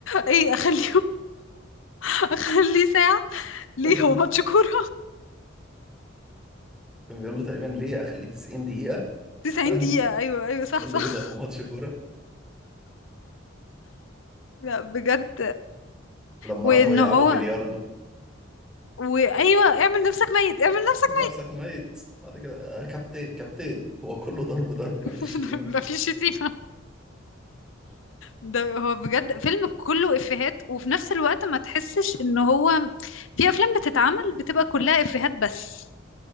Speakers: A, on the left; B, in the centre.
A: ايه اخليه <laughs> اخليه ساعة ليه
B: <laughs>
A: هو ماتش كورة
B: كان بيقول له تقريبا ليه أخليه 90 دقيقة <laughs>
A: 90
B: قال
A: دقيقة
B: له
A: أيوة أيوة صح
B: قال
A: صح
B: له إيه ده هو ماتش كورة
A: لا بجد
B: ولما
A: وإن
B: راحوا يلعبوا
A: هو
B: بلياردو
A: وأيوة اعمل نفسك ميت اعمل نفسك
B: عامل نفسك ميت بعد كده آه كابتن كابتن هو كله ضرب ضرب ما فيش
A: ميت
B: شتيمة
A: <laughs> ده مفيش شتيمة ده هو بجد فيلم كله إفيهات وفي نفس الوقت ما تحسش إن هو في أفلام بتتعمل بتبقى كلها إفيهات بس